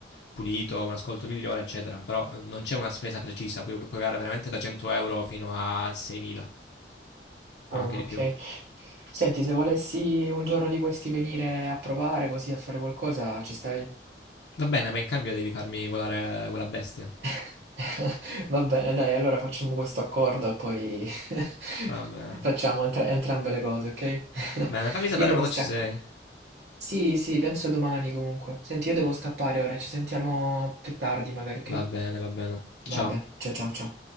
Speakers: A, on the left; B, on the right.
A: pulito, un ascolto migliore, eccetera. Però eh, non c'è una spesa precisa, puoi puoi pagare veramente da 100 euro fino a 6.000 o
B: Ah,
A: anche di
B: ok.
A: più.
B: Senti, se volessi un giorno di questi venire a provare così a fare qualcosa, ci stai?
A: Va bene, ma in cambio devi farmi volare quella bestia.
B: <laughs> Va bene, dai, allora facciamo questo accordo e poi <laughs>
A: Va bene.
B: facciamo entra- entrambe le cose, ok?
A: Va bene,
B: <laughs>
A: fammi sapere
B: Io devo
A: quando
B: scappare.
A: ci sei.
B: Sì, sì, penso domani comunque. Senti, io devo scappare ora, ci sentiamo più tardi magari, ok?
A: Va bene, va bene. Ciao.
B: Vabbè, ciao ciao ciao.